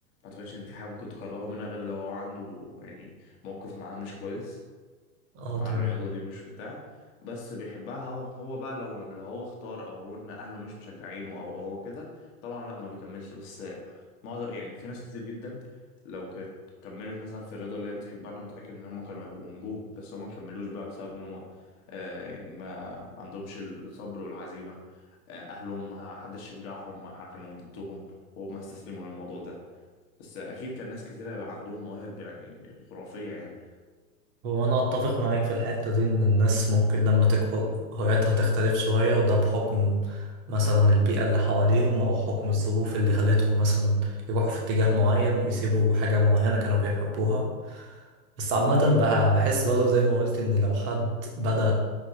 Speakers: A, on the left; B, on the right.
A: اعتقدش ان في حاجه ممكن تكرهه منها غير لو هو عنده يعني موقف معاه مش كويس
B: اه
A: مع
B: تمام
A: الرياضة دي مش في بتاع بس بيحبها هو هو بقى لو لو هو اختار او هن اهله مش مشجعينه او هو كده طبعا لا ما بيكملش بس معظم يعني في ناس كتير جدا لو كانت كملت مثلا في الرياضة اللي هي بتحبها انا متأكد ان هم كانوا هيبقوا نجوم بس هم ما كملوش بقى بسبب ان هم آه يعني ما عندهمش الصبر والعزيمة آه اهلهم ما حدش شجعهم ما حد- كانوا ضدهم وهم استسلموا للموضوع ده بس اكيد كان ناس كتير هيبقى عندهم مواهب يعني خرافية يعني
B: هو أنا أتفق معاك في الحتة دي إن الناس ممكن لما تكبر هواياتها تختلف شوية وده بحكم مثلا البيئة اللي حواليهم أو حكم الظروف اللي خلتهم مثلا يروحوا في اتجاه معين ويسيبوا حاجة معينة كانوا بيحبوها بس عامة بح- بحس برضه زي ما قلت إن لو حد بدأ